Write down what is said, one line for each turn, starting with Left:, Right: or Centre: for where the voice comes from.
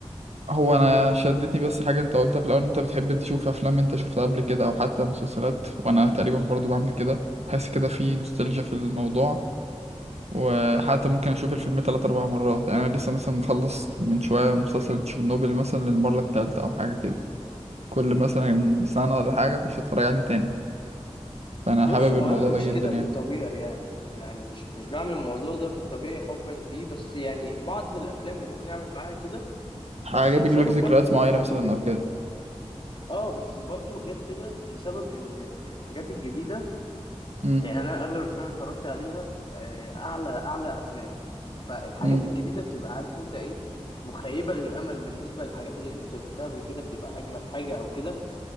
Right: هو انا شدتني بس حاجه انت قلتها في الاول إن انت بتحب تشوف افلام انت شفتها قبل كده او حتى مسلسلات وانا تقريبا برضو بعمل كده حاسس كده في نوستالجيا في الموضوع وحتى ممكن اشوف الفيلم تلات اربع مرات يعني انا لسه مثلا مخلص من شويه مسلسل تشيرنوبل مثلا للمره التالتة او حاجه كده كل مثلا سنه ولا حاجه اخش اتفرج عليه تاني فانا
Left: بص
Right: حابب
Left: هو
Right: الموضوع
Left: انا مش
Right: ده جدا
Left: كده
Right: يعني
Left: في الطبيعي يعني يعني مش مش بعمل الموضوع ده في الطبيعي حبا فيه بس يعني بعض الافلام اللي ممكن اعمل معاها كده
Right: حاجه
Left: بس السبب
Right: بيجيب لك ذكريات
Left: برضو ان
Right: معينه
Left: الحاجات
Right: مثلا
Left: الج...
Right: او كده
Left: اه بس برضو غير كده لسبب ان الحاجات الجديده
Right: امم
Left: يعني انا اغلب الافلام اللي اتفرجت عليها آه، اعلى اعلى افلام فالحاجات
Right: امم
Left: الجديده بتبقى عارف انت ايه مخيبه للامل بالنسبه للحاجات اللي انت شفتها قبل كده بتبقى اجمد حاجه او كده